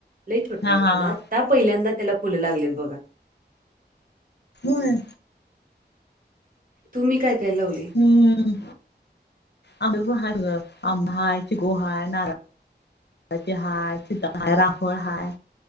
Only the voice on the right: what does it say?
लई छोटंय
अजून
आता पहिल्यांदा त्याला फुलं लागलेत बघा.
तुम्ही काय काय लावलंय.